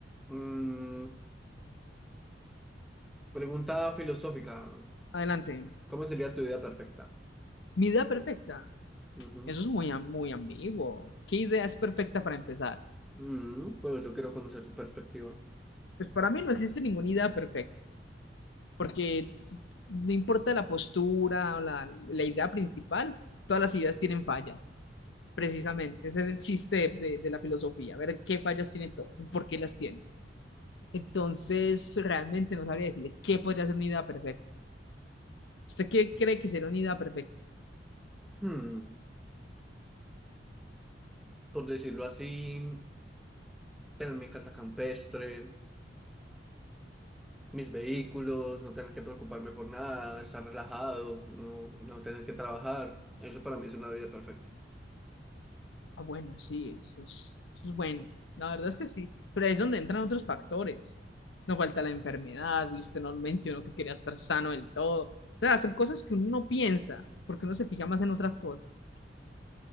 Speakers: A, in the centre; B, on the left.
A: Mm, pregunta filosófica.
B: Adelante.
A: ¿Cómo sería tu vida perfecta?
B: Mi idea perfecta.
A: Ujú.
B: Eso es muy, am- muy ambiguo. ¿Qué idea es perfecta para empezar?
A: Mm, pues yo quiero conocer su perspectiva.
B: Pues para mí no existe ninguna idea perfecta. porque no importa la postura o la, la idea principal, todas las ideas tienen fallas, precisamente. Ese es el chiste de, de- de la filosofía, ver qué fallas tiene todo y por qué las tiene. Entonces, realmente no sabría decirle qué podría ser una idea perfecta. ¿Usted qué cree que sería una idea perfecta?
A: Hmm, por decirlo así, tener mi casa campestre, mis vehículos, no tener que preocuparme por nada, estar relajado, no, no tener que trabajar. Eso para mí es una vida perfecta.
B: Ah, bueno, sí, eso es, eso es bueno. La verdad es que sí, pero ahí es donde entran otros factores. No falta la enfermedad, y usted no mencionó que quería estar sano del todo. O sea, son cosas que uno no piensa, porque uno se fija más en otras cosas.